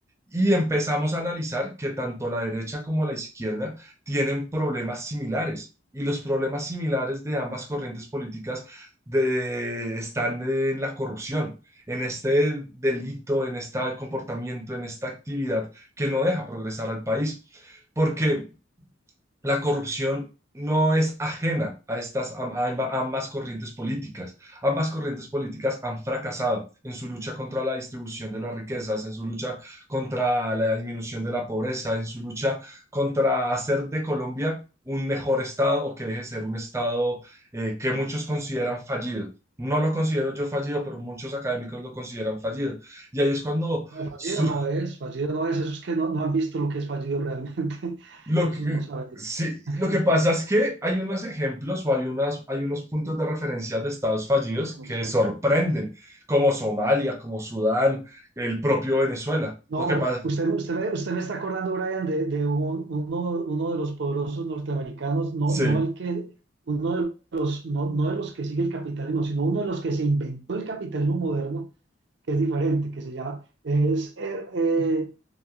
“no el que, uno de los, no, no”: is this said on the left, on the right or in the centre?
Right